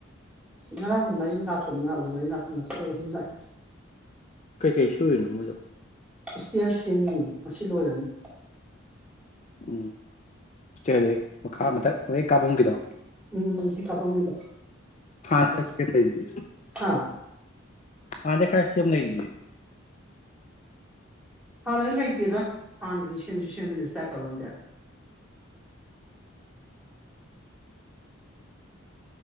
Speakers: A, in the centre; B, on the left.
A: ꯉꯔꯥꯡ ꯃꯔꯤ ꯂꯥꯛꯄꯅꯤ ꯉꯥꯡꯗꯨ ꯃꯔꯤ ꯂꯥꯛꯄ ꯉꯁꯤꯗ ꯑꯍꯨꯝ ꯂꯥꯛꯑꯦ
B: ꯀꯩꯀꯩ ꯁꯨꯔꯤꯔꯤꯅꯣ ꯃꯣꯏꯗꯣ
A: ꯏꯁꯇꯤꯌꯥꯔ ꯁꯦꯝꯃꯤꯌꯦ ꯉꯁꯤ ꯂꯣꯏꯔꯅꯤ
B: ꯎꯝ ꯏꯁꯇ꯭ꯌꯦꯔꯗꯤ ꯃꯈꯥ ꯃꯊꯛ ꯍꯦꯛ ꯀꯥꯕꯝꯒꯤꯗꯣ
A: ꯎꯝ ꯎꯝ ꯎꯝ ꯍꯦꯛ ꯀꯕꯝꯒꯤꯗꯣ
B: ꯍꯥ <inaudible> ꯆꯗꯤ
A: ꯍꯥ
B: ꯍꯥꯟꯅꯗꯩ ꯈꯔ ꯁꯦ ꯁꯦꯝ ꯂꯩꯗꯨꯗꯤ
A: ꯍꯥꯟꯅꯩ ꯂꯩꯇꯦꯗ ꯍꯥꯟꯅꯗꯤ ꯁꯦꯝꯁꯨ ꯁꯦꯝꯗꯅ ꯏꯁꯇ꯭ꯌꯦꯔ ꯀꯐꯝꯗꯤ